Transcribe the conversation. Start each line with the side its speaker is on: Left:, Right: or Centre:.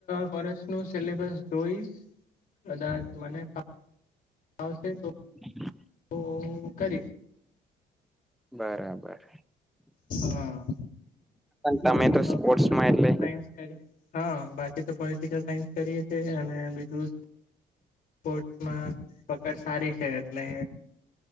Left: ફોસ નું સિલેબસ જોઈ, કદાચ મને હશે તો
Centre: <unintelligible>
Left: ઓ કરી
Centre: બરાબર.
Left: હા,
Centre: તમે
Left: બાકી તો
Centre: સ્પોર્ટ્સમાં
Left: આપણે પોલટિકલ
Centre: એટલે
Left: સાયન્સ કરી. હા, બાકી તો પ સાયન્સ કરીએ છીએ, અને બીજું સ્પોર્ટ્સમાં પકડ સારી છે એટલે